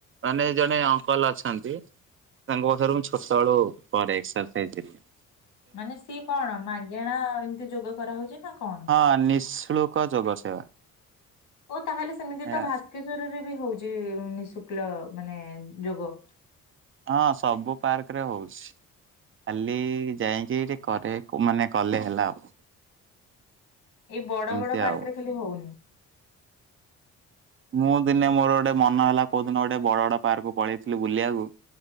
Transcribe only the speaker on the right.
ମାନେ ଜଣେ ଅଙ୍କଲ ଅଛନ୍ତି। ତାଙ୍କ ପାଖରୁ ମୁଁ ଛୋଟ ବେଳୁ କରେ ଏକ୍ସସରସାଇଜ ହରିକା।
ହଁ ନିଃଶୁଳ୍କ ଯୋଗ ସେବା।
ଏହା
ହଁ ସବୁ ପାର୍କ ରେ ହଉଛି। ଖାଲି ଯାଇକି ଟିକେ କରେ ମାନେ କଲେ ହେଲା ଆଉ।
ଏମିତି
ଆଉ।
ମୁଁ ଦିନେ ମୋର ଗୋଟେ ମନ ହେଲା କୋଉ ଦିନ ଗୋଟେ ବଡ ବଡ ପାର୍କକୁ ପଳେଇଥିଲି ବୁଲିବାକୁ